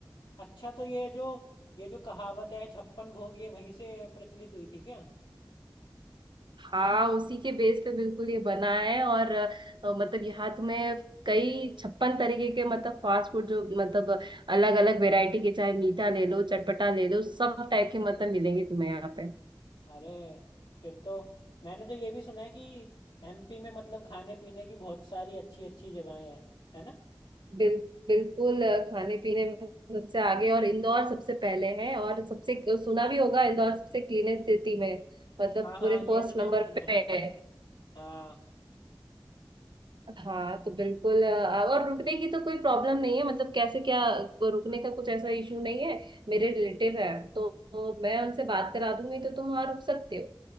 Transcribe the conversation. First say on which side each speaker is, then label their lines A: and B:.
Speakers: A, on the left; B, on the right.
A: अच्छा तो ये जो ये जो कहावत है छप्पन भोग ये वहीं से प्रचलित हुई थी क्या
B: हाँ उसी के बेस पे बिल्कुल ये बना है और अ, मतलब यहाँ तुम्हें कई छप्पन तरीके के मतलब फास्ट फूड जो मतलब अलग अलग वैरायटी के चाहे मीठा ले लो चटपटा ले लो सब टाइप के मतलब मिलेंगे तुम्हें यहाँ पे
A: अरे फिर तो मैंने तो ये भी सुना है कि एमपी में मतलब खाने पीने की बहुत सारी अच्छी अच्छी जगहें हैं है ना
B: बिल, बिल्कुल अ, खाने पीने में सबसे आगे और इंदौर सबसे पहले है और सबसे सुना भी होगा इंदौर सबसे क्लीनेस्ट सिटी में मतलब
A: हाँ हाँ
B: पूरे
A: ये
B: फर्स्ट
A: तो मैंने
B: नंबर
A: सुना
B: पे
A: है
B: है
A: हाँ
B: हाँ तो बिल्कुल अ, और रुकने की तो कोई प्रॉब्लम नहीं है मतलब कैसे क्या रुकने का कुछ ऐसा इशू नहीं है मेरे रिलेटिव है तो, तो मैं उनसे बात करा दूंगी तो तुम वहाँ रुक सकते हो